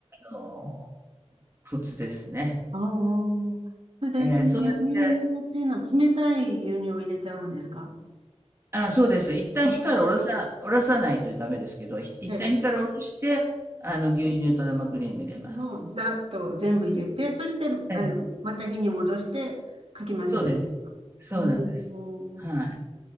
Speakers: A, on the right; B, on the right.
A: の、コツですね。
B: ああ。それで、
A: えーそうやって、
B: その牛乳っていうのは冷たい牛乳を入れちゃうんですか
A: あ、そうです。一旦火からおろさ、
B: あ、
A: おろさないとダメですけど、ひ一旦火からおろして、
B: ええ。
A: あの、牛乳と生クリーム入れます。
B: もうざっと全部入れて、そして、
A: ええ、
B: あの、また火に戻してかき混ぜる。
A: そうです。そうなんです。
B: おー
A: はい。